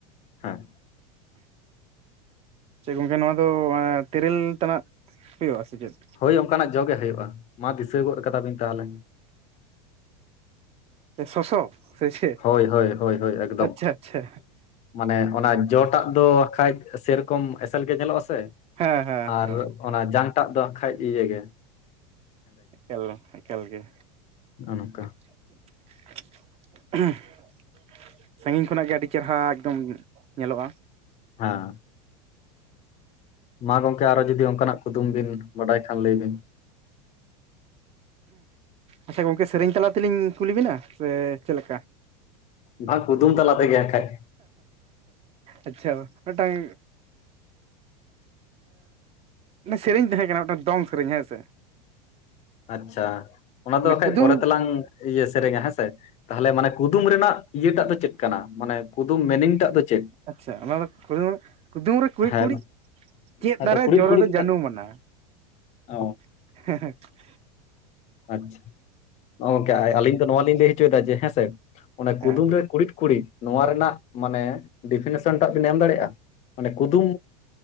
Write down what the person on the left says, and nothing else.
ᱦᱮᱸ
ᱦᱳᱭ ᱚᱱᱠᱟᱱᱟᱜ ᱡᱚ ᱜᱮ ᱦᱳᱭᱳᱜᱼᱟ ᱢᱟ ᱫᱤᱥᱟᱹ ᱜᱚᱫ ᱠᱟᱫᱟᱵᱤᱱ ᱛᱟᱦᱚᱞᱮ
ᱦᱳᱭ ᱦᱳᱭ ᱦᱳᱭ ᱦᱳᱭ ᱮᱠᱫᱚᱢ
ᱢᱟᱱᱮ ᱚᱱᱟ ᱡᱚᱴᱟᱜ ᱫᱚ ᱟᱻᱠᱷᱟᱡ ᱥᱮᱨᱚᱠᱚᱢ ᱮᱥᱮᱞ ᱜᱮ ᱧᱮᱞᱚᱜ-ᱟ ᱥᱮ
ᱟᱨ
ᱚᱱᱟ ᱡᱟᱝᱴᱟᱜ ᱫᱚ ᱟᱻᱠᱷᱟᱡ ᱤᱭᱟᱹ ᱜᱮ
ᱱᱚᱜ ᱚ ᱱᱚᱝᱠᱟ
ᱦᱮᱸ ᱢᱟ ᱜᱚᱝᱠᱮ ᱟᱨᱚ ᱡᱩᱫᱤ ᱚᱝᱠᱟᱱᱟᱜ ᱠᱩᱫᱩᱢ ᱵᱤᱱ ᱵᱟᱰᱟᱭ ᱠᱷᱟᱱ ᱞᱟᱹᱭ ᱵᱤᱱ
ᱵᱟᱝ ᱠᱩᱫᱩᱢ ᱛᱟᱞᱟ ᱛᱮᱜᱮ ᱦᱟᱸᱜ ᱟᱠᱷᱟᱡ
ᱟᱪᱪᱷᱟ ᱚᱱᱟ ᱫᱚ
ᱦᱟᱸᱜ ᱠᱷᱟᱡ
ᱯᱚᱨᱮ ᱛᱮᱞᱟᱝ ᱤᱭᱟᱹ ᱥᱮᱨᱮᱧᱟ ᱦᱮᱸᱥᱮ ᱛᱟᱦᱚᱞᱮ ᱢᱟᱱᱮ ᱠᱩᱫᱩᱢ ᱨᱮᱱᱟᱜ ᱤᱭᱟᱹᱴᱟᱜ ᱫᱚ ᱪᱮᱫ ᱠᱟᱱᱟ ᱢᱟᱱᱮ ᱠᱩᱫᱩᱢ ᱢᱮᱱᱤᱝ ᱴᱟᱜ ᱫᱚ ᱪᱮᱫ
ᱦᱮᱸ
ᱦᱮᱸᱛᱚ
ᱠᱩᱲᱤᱫ
ᱠᱩᱲᱤᱫ
ᱠᱟᱜ ᱚ
ᱟᱪᱪᱷᱟ ᱜᱚᱝᱠᱮ ᱟᱹᱞᱤᱧ ᱫᱚ ᱱᱚᱣᱟ ᱞᱤᱧ ᱞᱟᱹᱭ ᱦᱚᱪᱚᱭ ᱫᱟ ᱡᱮ ᱦᱮᱸ ᱥᱮ ᱚᱱᱟ
ᱠᱩᱫᱩᱢ ᱨᱮ ᱠᱩᱬᱤᱫ ᱠᱩᱬᱤᱫ ᱱᱚᱣᱟ ᱨᱮᱱᱟᱜ ᱢᱟᱱᱮ ᱰᱤᱯᱷᱤᱱᱮᱥᱚᱱ ᱴᱟᱜ ᱵᱤᱱ ᱮᱢ ᱫᱟᱲᱮᱜᱼᱟ ᱢᱟᱱᱮ ᱠᱩᱫᱩᱢ